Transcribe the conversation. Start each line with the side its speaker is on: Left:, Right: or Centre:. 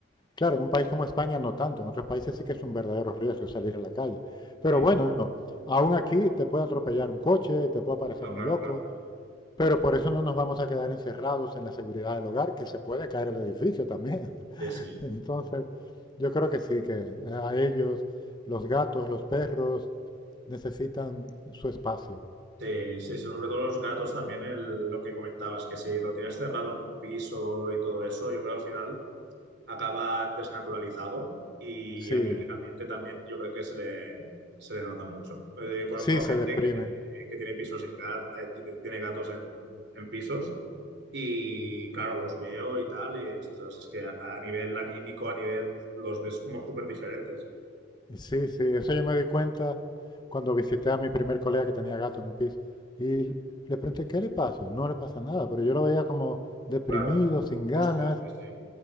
Left: Claro, en un país como España no tanto, en otros países sí que es un verdadero riesgo salir a la calle. Pero
Right: Mm.
Left: bueno, aún aquí te puede atropellar un coche, te puede aparecer
Right: No,
Left: un
Right: claro,
Left: loco,
Right: claro.
Left: pero por eso no nos vamos a quedar encerrados en la seguridad del hogar, que se puede caer el edificio también. <laughs>
Right: Sí, sí.
Left: Entonces, yo creo que sí, que a ellos, los gatos, los perros, necesitan su espacio.
Right: Sí, sí, sobre todo los gatos también, el- lo que comentabas, que si lo tienes cerrado en un piso y todo eso, yo creo que al final acaba desnaturalizado y
Left: Sí,
Right: anímicamente también yo creo que se le, se le nota mucho. Eh, conozco
Left: sí
Right: a
Left: se
Right: gente
Left: deprimen.
Right: que tiene, que tiene pisos en gat- eh, t- eh, tiene gatos en, en pisos y claro, los veo y tal y ostras, es que a, a nivel anímico, a nivel, los ves como súper diferentes.
Left: Sí, sí, eso yo me di cuenta cuando visité a mi primer colega que tenía gato en un piso y le pregunté, ¿qué le pasa? No le pasa nada, pero yo lo veía como deprimido,
Right: Claro,
Left: sin ganas
Right: hostios, sí, sí.